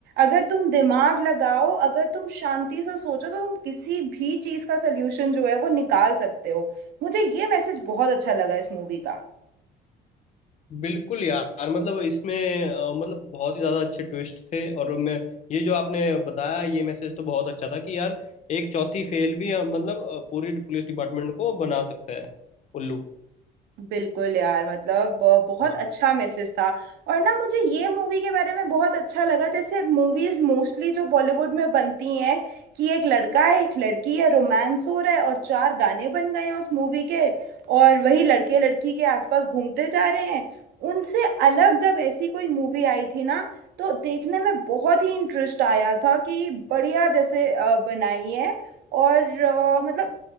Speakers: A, on the right; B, on the left.
A: अगर तुम दिमाग लगाओ अगर तुम शांति से सोचो तो तुम किसी भी चीज का सोल्यूशन जो है वो निकाल सकते हो मुझे ये मैसेज बहुत अच्छा लगा इस मूवी का
B: बिल्कुल यार मतलब इसमें अ, मतलब बहुत ही ज़्यादा अच्छे ट्विस्ट थे और मैं ये जो आपने बताया ये मैसेज तो बहुत अच्छा था कि यार एक चौथी फेल भी अ, मतलब अ, पूरी पुलिस डिपार्टमेंट को बना सकता है उल्लू
A: बिल्कुल यार मतलब ब- बहुत
B: हाँ
A: अच्छा मैसेज था और ना मुझे ये मूवी के बारे में बहुत अच्छा लगा जैसे मूवीज मोस्टली जो बॉलीवुड में बनती हैं कि एक लड़का है एक लड़की है रोमांस हो रहा है और चार गाने बन गए हैं उस मूवी के और वही लड़के लड़की के आसपास घूमते जा रहे हैं उनसे अलग जब ऐसी कोई मूवी आई थी ना तो देखने में बहुत ही इंटरेस्ट आया था कि बढ़िया जैसे अ, बनाई है और अ, मतलब